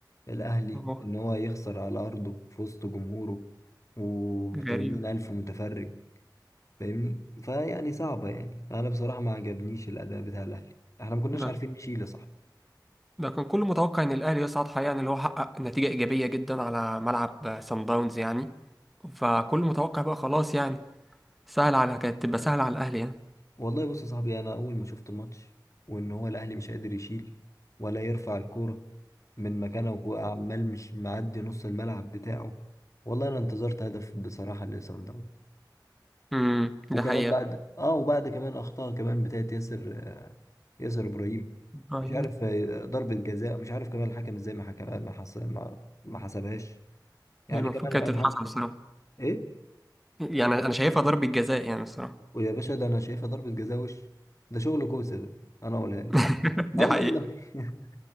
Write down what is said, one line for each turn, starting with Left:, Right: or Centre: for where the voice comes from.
Left: الاهلي
Centre: أهو،
Left: ان هو يخسر على ارضه في وسط جمهوره وثمانين
Centre: غريب
Left: الف متفرج فاهمني فيعني صعبه يعني انا بصراحه ما عجبنيش الاداء بتاع الاهلي احنا ما كناش
Centre: ده
Left: عارفين نشيل يا صاحبي
Centre: ده كان كل متوقع ان الاهلي يصعد حقيقة يعني اللي هو حقق نتيجة ايجابية جدا على ملعب سان داونز يعني فكل متوقع بقى خلاص يعني سهل على كانت تبقى سهلة على الاهلي يعني
Left: والله بص يا صاحبي انا اول ما شفت الماتش وان هو الاهلي مش قادر يشيل ولا يرفع الكوره من مكانه وعمال مش معدي نص الملعب بتاعه والله انا انتظرت هدف بصراحه لصن داونز
Centre: امم
Left: وكمان
Centre: ده حقيقة
Left: بعد اه وبعد كمان اخطاء كمان بتاعت ياسر ياسر ابراهيم
Centre: ايوه
Left: مش عارف آه، ضربة جزاء مش عارف كمان الحكم ازاي ما حكم ما حس... ما... ما حسبهاش يعني
Centre: يعني المفروض
Left: كمان
Centre: كانت تتحسب
Left: الحكم
Centre: الصراحة
Left: ايه
Centre: يعني انا شايفها ضربة جزاء يعني الصراحة
Left: ويا باشا ده انا شايفها ضربة جزاء وش ده شغل كوسة ده انا اقولها لك
Centre: <laughs> دي
Left: اه والله
Centre: حقيقة
Left: <laughs>